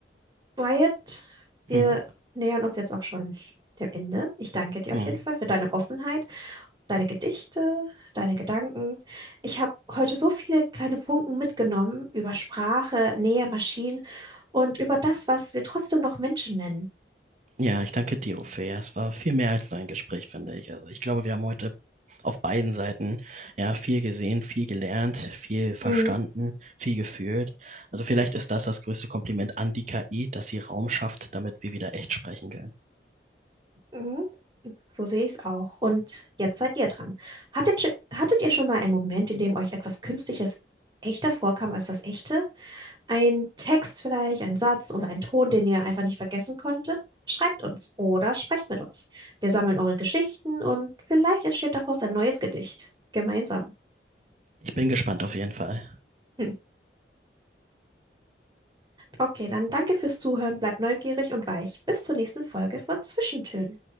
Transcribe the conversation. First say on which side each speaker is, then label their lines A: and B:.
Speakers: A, on the right; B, on the right.
A: Wyatt, wir
B: hm,
A: nähern uns jetzt auch schon dem Ende. Ich danke dir auf
B: hm,
A: jeden Fall für deine Offenheit, deine Gedichte, deine Gedanken. Ich habe heute so viele kleine Funken mitgenommen über Sprache, Nähe, Maschinen und über das, was wir trotzdem noch Menschen nennen.
B: Ja, ich danke dir, Uwe. Ja, es war viel mehr als nur ein Gespräch, finde ich. Also ich glaube, wir haben heute auf beiden Seiten ja viel gesehen, viel gelernt, viel verstanden,
A: Mhm.
B: viel gefühlt. Also vielleicht ist das das größte Kompliment an die KI, dass sie Raum schafft, damit wir wieder echt sprechen können.
A: Mhm. So sehe ich es auch. Und jetzt seid ihr dran. Hattet, sch- hattet ihr schon mal einen Moment, in dem euch etwas Künstliches echter vorkam als das Echte? Ein Text vielleicht, ein Satz oder ein Ton, den ihr einfach nicht vergessen konntet? Schreibt uns oder sprecht mit uns. Wir sammeln eure Geschichten und vielleicht entsteht daraus ein neues Gedicht. Gemeinsam. <laughs>
B: Ich bin gespannt auf jeden Fall.
A: Hm. Okay, dann danke fürs Zuhören, bleibt neugierig und weich. Bis zur nächsten Folge von Zwischentönen.